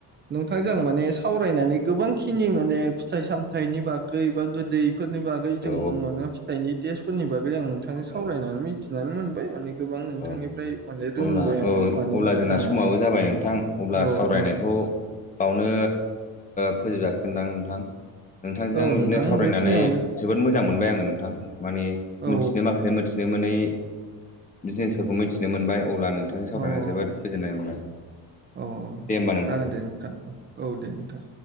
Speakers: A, on the right (about 30°); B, on the left (about 20°).
A: नोंथांजों माने सावरायनानै गोबां खिनि माने फिथाइ सामथाइनि बागै बा गोदै फोरनि बागै जों
B: औ
A: माने फिथाइनि टेस्टफोरनि बागै आं नोंथांजों
B: औ
A: सावरायनानै मिथिनानै मोनबाय माने गोबां नोंथांनिफ्राय
B: औ
A: माने रोंबाय
B: अब्ला
A: आं
B: औ
A: मानो
B: अब्ला जोंना
A: खोनानानै
B: समाबो जाबाय नोंथां अब्ला
A: औ
B: सावरायनायखौ
A: ओं
B: बावनो फोजोब जासिगोन नोंथां। नोंथां नोंथांजों
A: औ
B: बिदिनो
A: नोंथां
B: सावरायनानै
A: बेखिनियावनो
B: जोबोद मोजां मोनबाय आङो नोंथां। माने
A: औ
B: मिथिनो माखासे मिथिनो मोनै बिजनेसफोरखौ मिथिनो मोनबाय। अब्ला नोंथांजों सावरायना
A: औ औ
B: जोबोद गोजोननाय मोनबाय।
A: औ औ
B: दे होमबा
A: जागोन दे नोंथां औ दे नोंथां।